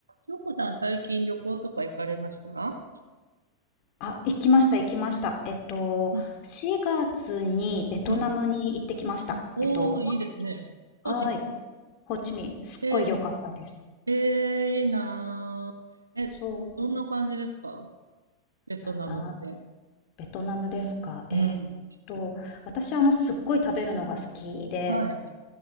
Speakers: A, on the right; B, on the left.
A: 翔子さん、最近旅行とか行かれました
B: あ、行きました行きました。えっと、
A: うん。
B: 4月にベトナムに行ってきました。
A: うん。おー、
B: えっと、ホーチミン。
A: いいですね。個人。
B: はい。ホーチミン。すっごい良かったです。
A: えー、えー、いいなー。え、
B: そう。
A: どんな感じですかベトナムって。
B: あ、ベトナムですか。
A: うん。
B: えーっと、私、あの、すっごい食べるのが好きで、
A: はい。